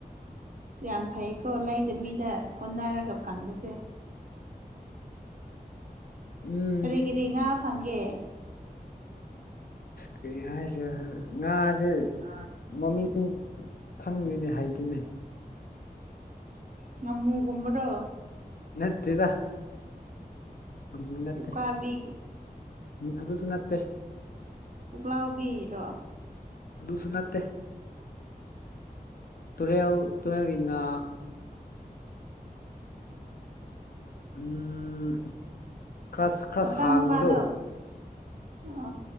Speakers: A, on the right; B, on the left.
A: ꯁꯤ ꯌꯥꯝ ꯐꯩꯀꯣ ꯂꯩꯗꯕꯤꯗ ꯍꯣꯠꯅꯔꯒ ꯐꯪꯕꯁꯦ
B: ꯎꯝ
A: ꯀ꯭ꯔꯤ ꯀ꯭‌ꯔꯤ ꯉꯥ ꯐꯪꯒꯦ
B: ꯀꯩ ꯍꯥꯏꯁꯤꯔ ꯉꯥꯁꯦ
A: ꯑ <unintelligible>
B: ꯃꯃꯤꯡ ꯈꯪꯉꯗꯦꯅꯦ ꯍꯩꯇꯦꯅꯦ
A: ꯉꯃꯨꯒꯨꯝꯕꯔꯣ
B: ꯅꯠꯇꯦꯗ ꯉꯥꯃꯨ ꯅꯠ
A: ꯎꯀꯥꯕꯤ
B: ꯎꯝ ꯑꯗꯨꯁꯨ ꯅꯠꯇꯦ
A: ꯄꯨꯛꯂꯥꯎꯕꯤꯔꯣ
B: ꯑꯗꯨꯁꯨ ꯅꯠꯇꯦ ꯇꯨꯔꯦꯜ ꯇꯨꯔꯦꯜꯒꯤ ꯉꯥ ꯎꯝ ꯈꯔ ꯈꯔ
A: ꯑ ꯃꯆꯥ
B: ꯁꯥꯡꯕꯗꯣ
A: ꯃꯆꯥꯗꯣ ꯑ